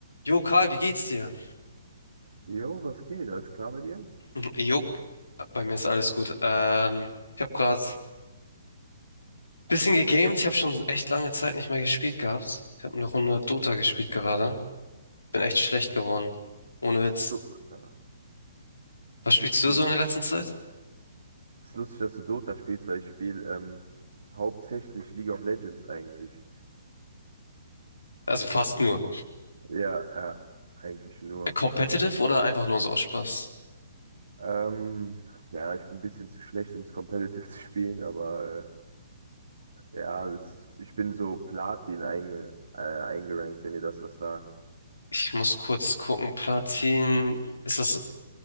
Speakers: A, on the left; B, on the right.
A: Jo, Karl, wie geht's dir?
B: Jo, was geht? Alles klar bei dir?
A: Jo, bei mir ist alles gut. Ähm, ich habe gerade ein bisschen gegamed. Ich habe schon echt lange Zeit nicht mehr gespielt gehabt. Ich habe eine Runde Dota gespielt gerade. Bin echt schlecht geworden. Ohne Witz.
B: Du, Alter,
A: Was
B: spielst
A: spielst du
B: schon.
A: so in der letzten Zeit?
B: Ist lustig, dass du Dota spielst, weil ich spiele ähm, hauptsächlich League of Legends eigentlich.
A: Also fast nur.
B: Ja, ja, eigentlich nur.
A: Competitive oder einfach nur so aus Spaß?
B: Ähm, ja, ich bin ein bisschen zu schlecht, um es competitive <laughs> zu spielen, aber äh, ja, das, ich bin so Platin einge, äh, eingerankt, wenn ihr das was sagt.
A: Ich muss kurz gucken. Platin. Ist das